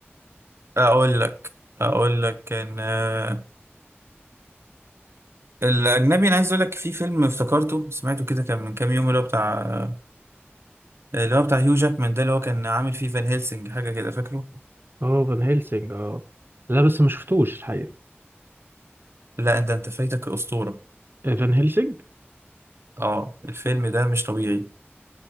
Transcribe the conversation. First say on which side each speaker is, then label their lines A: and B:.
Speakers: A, on the right; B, on the right.
A: اقول لك اقول لك ان آه، الاجنبي انا عايز اقول لك في فيلم افتكرته سمعته كده كان من كام يوم اللي هو بتاع آه، اللي هو بتاع هيو جاكمان ده اللي هو كان عامل فيه فان هيلسنج حاجه كده فاكره
B: اه فان هيلسينج اه لا بس ما شفتوش الحقيقه
A: لا انت انت فايتك اسطوره
B: آه، فان هيلسينج
A: اه الفيلم ده مش طبيعي